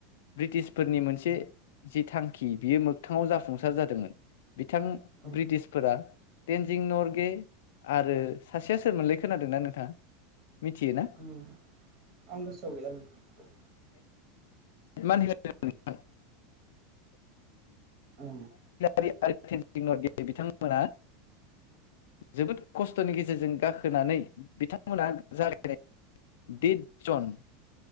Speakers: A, on the left (about 80°); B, on the right (about 35°).
A: ब्रिटिसफोरनि मोनसे जि थांखि बियो मोगथाङाव जाफुंसार जादोंमोन। बिथां
B: औ
A: ब्रिटिसफोरा टेनजिं नरगे आरो सासेया सोरमोनलै खोनादोंना नोंथाङा? मिथियोना?
B: उम आं गोसोआव गैला नोंथां बेखौ
A: <unintelligible>
B: औ
A: आरो तेनजिं नरगे बिथांमोना जोबोद खस्थ'नि गेजेरजों गाखोनानै बिथांमोना जागायनाय दिद जन